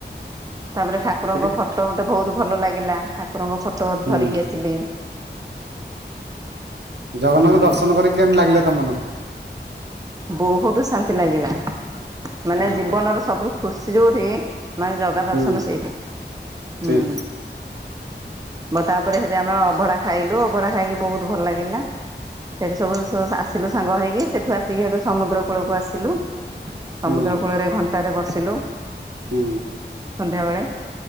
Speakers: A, on the right; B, on the right.
A: ତାପରେ ଠାକୁରଙ୍କ
B: ସେଠି
A: ଫଟ ଫଟୋ ମୋତେ ବହୁତ ଭଲ ଲାଗିଲା ଠାକୁରଙ୍କ ଫଟୋ
B: ହୁଁ
A: ଧରିକି ଆସିଲି
B: ଜଗନ୍ନାଥଙ୍କୁ
A: ହୁଁ
B: ଦର୍ଶନ କରିକି କେମିତି ଲାଗିଲା ତମମାନଙ୍କୁ?
A: ବହୁତ ଶାନ୍ତି ଲାଗିଲା ମାନେ
B: ହଁ
A: ଜୀବନର ସବୁଠୁ ଖୁସି ଯୋଉଠି ମାନେ ଜଗା
B: ହୁଁ
A: ଦର୍ଶନ ସେଇଠି ହୁଁ
B: ଠିକ
A: ମ ତାପରେ ହେଟି ଆମେ ଅଭଢା ଖାଇଲୁ ଅଭଢା ଖାଇକି ବହୁତ ଭଲ ଲାଗିଲା। ସେଠୁ ସବୁ ସ ଆସିଲୁ ସାଙ୍ଗ ହେଇକି ସେଠୁ ଆସିକି ସେଠୁ ସମୁଦ୍ର କୂଳକୁ ଆସିଲୁ ସମୁଦ୍ର
B: ହୁଁ
A: କୂଳରେ ଘଣ୍ଟାଟେ ବସିଲୁ
B: ହୁଁ।
A: ସନ୍ଧ୍ୟାବେଳେ